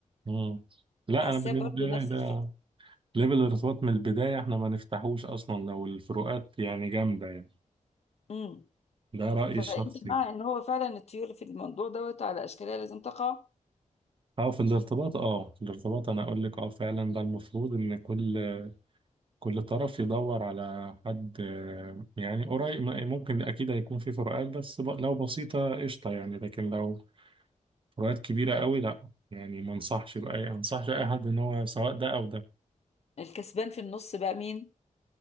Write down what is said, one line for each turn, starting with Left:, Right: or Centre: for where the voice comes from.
Right: مم. لا
Left: حاساه
Right: انا بالنسبة
Left: برضه
Right: لي
Left: نفس
Right: ده
Left: الفكره
Right: ليفل الارتباط من البداية احنا ما نفتحوش اصلا لو الفروقات يعني جامدة يعني
Left: امم
Right: ده رأيي
Left: فانت
Right: الشخصي
Left: مع ان هو فعلا الطيور في الموضوع دوت على اشكالها لازم تقع
Right: اه في الارتباط اه في الارتباط انا اقول لك اه فعلا ده المفروض ان كل كل طرف يدور على حد آه، يعني قريب م- ممكن اكيد هيكون في فروقات بس ب- لو بسيطة قشطة يعني لكن لو فروقات كبيرة قوي لا يعني ما انصحش بأي انصحش اي حد ان
Left: مم.
Right: هو سواء ده او ده
Left: الكسبان في النص بقى مين